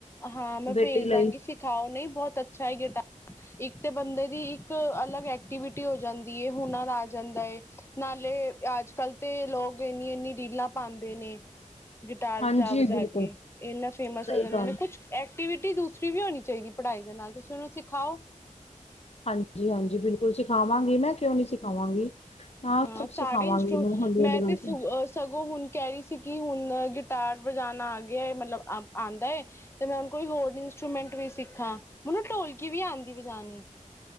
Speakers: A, on the left; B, on the left.
A: ਹਾਂ ਮੈਂ
B: ਬੇਟੀ
A: ਭੇਜ
B: ਲਈ
A: ਦਵਾਂਗੀ ਸਿਖਾਓ ਨਹੀਂ, ਬਹੁਤ ਅੱਛਾ ਹੈ ਗਿਟਾਰ ਇੱਕ ਤੇ ਬੰਦੇ ਦੀ ਇੱਕ ਅਲੱਗ ਐਕਟੀਵਿਟੀ ਹੋ ਜਾਂਦੀ ਹੈ ਹੁਨਰ ਆ ਜਾਂਦਾ ਹੈ, ਨਾਲੇ ਅੱਜ ਕੱਲ ਤੇ ਲੋਕ ਇੰਨੀ ਇੰਨੀ ਰੀਲਾਂ ਪਾਉਂਦੇ ਨੇ, ਗਿਟਾਰ
B: ਹਾਂਜੀ
A: ਵਜਾ ਵਜਾ
B: ਬਿਲਕੁਲ
A: ਕੇ ਇੰਨਾ ਫੇਮਸ
B: ਸਹੀ
A: ਹੋ ਜਾਂਦੇ
B: ਗੱਲ
A: ਨੇ, ਐਕਟੀਵਿਟੀ ਦੂਸਰੀ ਵੀ ਹੋਣੀ ਚਾਹੀਦੀ ਪੜ੍ਹਾਈ ਦੇ ਨਾਲ ਤੁਸੀਂ ਉਹਨੂੰ ਸਿਖਾਓ।
B: ਹਾਂਜੀ-ਹਾਂਜੀ, ਬਿਲਕੁਲ ਸਿਖਾਵਾਂਗੀ ਮੈਂ ਕਿਉਂ ਨੀ ਸਿਖਾਵਾਂਗੀ।
A: ਹਾਂ
B: ਸਭ ਸਿਖਾਵਾਂਗੀ
A: ਸਾਰੇ ਇੰਸਟਰੂ
B: ਇਹਨੂੰ ਹੌਲੀ-ਹੌਲੀ
A: ਮੈਂ
B: ਕਰਕੇ
A: ਤੇ ਸ ਸਗੋਂ ਹੁਣ ਕਹਿ ਰਹੀ ਸੀ ਕਿ ਹੁਣ ਗਿਟਾਰ ਵਜਾਉਣਾ ਆ ਗਿਆ ਏ ਮਤਲਬ ਆਉਂਦਾ ਹੈ ਤੇ ਮੈਂ ਹੁਣ ਕੋਈ ਹੋਰ ਇੰਸਟਰੂਮੈਂਟ ਵੀ ਸਿੱਖਾ ਮੈਨੂੰ ਢੋਲਕੀ ਵੀ ਆਉਂਦੀ ਵਜਾਉਣੀ,